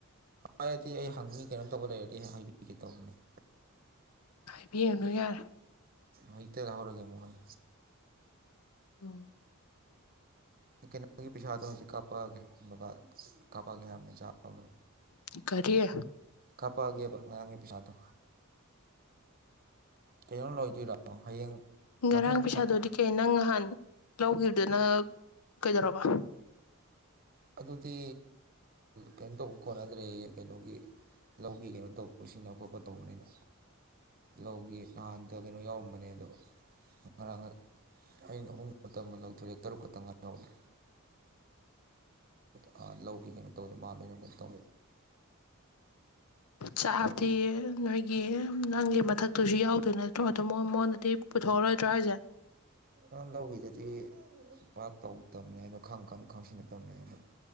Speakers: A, on the right (about 40°); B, on the left (about 85°).
A: ꯍꯥꯏꯔꯗꯤ ꯑꯩ ꯍꯪꯅꯤ ꯀꯩꯅꯣꯝ ꯇꯧꯕ ꯂꯩꯔꯗꯤ ꯍꯌꯦꯡ ꯍꯥꯏꯕꯤꯒꯦ ꯇꯧꯕꯅꯦ
B: ꯍꯥꯏꯕꯤꯌꯥꯅꯨ ꯌꯥꯔꯦ
A: ꯃꯩꯇ ꯔꯍꯧꯔꯒꯦꯃꯣꯍꯣꯏ
B: ꯑꯣ
A: ꯀꯩꯅꯣꯒꯤ ꯄꯩꯁꯥꯗ ꯍꯧꯖꯤꯛ ꯀꯥꯞꯄꯑꯒꯦ ꯕꯕꯥ ꯀꯥꯞꯄꯑꯒꯦ ꯍꯥꯢꯔꯝꯕ ꯆꯥꯑꯣ
B: ꯀꯔꯤꯦ
A: ꯀꯥꯞꯄꯛꯑꯒꯦꯕ ꯉꯔꯥꯡꯒꯤ ꯄꯩꯁꯥꯗꯣ ꯀꯩꯅꯣ ꯂꯣꯏꯗꯣꯏꯔꯣ ꯍꯌꯦꯡ
B: ꯉꯔꯥꯡ
A: ꯃꯊꯪ
B: ꯄꯩꯁꯥꯗꯨꯣꯗꯤ ꯀꯩ ꯅꯪ ꯅꯍꯥꯟ ꯂꯧꯈꯤꯕꯗꯨꯅ ꯀꯩꯗꯧꯔꯕ
A: ꯑꯗꯨꯗꯤ ꯀꯩꯅꯣ ꯇꯧꯕ ꯀꯣꯟꯅꯗ꯭ꯔꯦ ꯀꯩꯅꯣꯒꯤ ꯂꯧꯒꯤ ꯀꯩꯅꯣ ꯇꯧꯕ ꯁꯤꯅ ꯈꯣꯠꯄ ꯇꯧꯕꯅꯤꯅ ꯂꯧꯒꯦ ꯅꯍꯥꯟꯗ ꯀꯩꯅꯣ ꯌꯥꯎꯔꯝꯕꯅꯦ ꯑꯗꯣ ꯉꯔꯥꯡ ꯑꯩꯅ ꯑꯍꯨꯝ ꯃꯇꯝ ꯑꯃ ꯂꯧꯊꯣꯛꯌꯦ ꯇꯔꯨꯛ ꯈꯛꯇꯪ ꯉꯥꯏꯍꯧꯔꯦ ꯀ ꯂꯧꯈꯤꯅꯦꯅ ꯇꯧꯕꯗ ꯃꯥꯜꯂꯣꯏ ꯇꯧꯒ <inaudible>
B: ꯆꯥꯛꯇꯤ
A: ꯂꯧ
B: ꯅꯣꯏꯒꯤ ꯅꯪꯒꯤ ꯃꯊꯛꯇꯨꯁꯨ ꯌꯥꯎꯗꯣꯏ ꯅꯠ ꯇ꯭ꯔꯣ ꯑ <inaudible> ꯗꯨ ꯃꯣꯏ ꯃꯉꯣꯟꯗꯗꯤ ꯄꯨꯊꯣꯛꯑꯔꯣꯏꯗ꯭ꯔꯥ ꯍꯥꯏꯁꯦ
A: ꯅꯪ ꯂꯧꯋꯤꯗꯨꯗꯤ ꯃꯥ ꯇꯧꯗꯕꯅꯦ ꯈꯪ ꯈꯪ ꯈꯪꯁꯤꯟꯅꯗꯕꯅꯦ ꯑꯗꯨ